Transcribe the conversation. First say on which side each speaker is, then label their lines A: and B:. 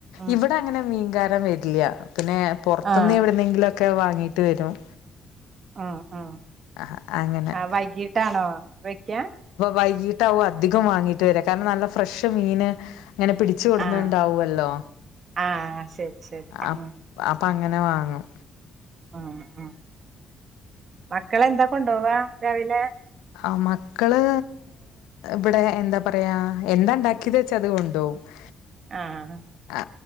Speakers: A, on the right; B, on the left.
A: ഉം
B: ഇവിടെ അങ്ങനെ മീൻകാരം വരില്ല പിന്നെ പുറത്തുന്ന്
A: ആ
B: എവിടുന്നെങ്കിലൊക്കെ വാങ്ങീട്ട് വരും
A: ഉം ഉം
B: ആ അങ്ങനെ
A: ആ വൈകീട്ടാണോ വെക്കാ?
B: വൈകീട്ടാവോ അധികം വാങ്ങീട്ട് വരാ കാരണം നല്ല ഫ്രഷ് മീൻ ഇങ്ങനെ പിടി - ച്ച കൊടന്ന്ണ്ടാവല്ലോ
A: ആഹ് ആഹ് ശരി ശരി
B: അ
A: ഉം
B: അപ്പൊ അങ്ങനെ വാങ്ങും
A: ആ ആ മക്കളന്താ കൊണ്ടുവാ രാവിലെ?
B: ആ മക്കള് വിടെ ന്താ പറയാ എന്താ ണ്ടാക്കിയത് വെച്ച അത് കൊണ്ടോകും <inaudible>
A: ആഹ്
B: ആ